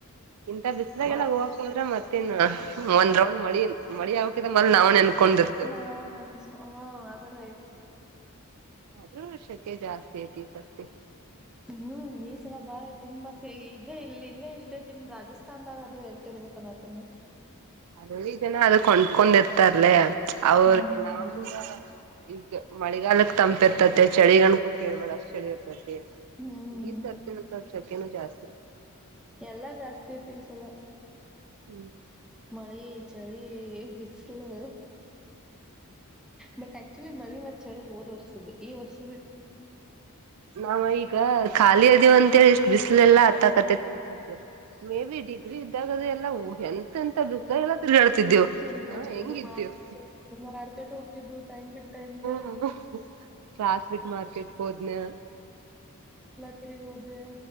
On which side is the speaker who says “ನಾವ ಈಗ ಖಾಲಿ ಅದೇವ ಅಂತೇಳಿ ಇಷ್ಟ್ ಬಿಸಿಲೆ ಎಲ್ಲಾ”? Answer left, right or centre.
Right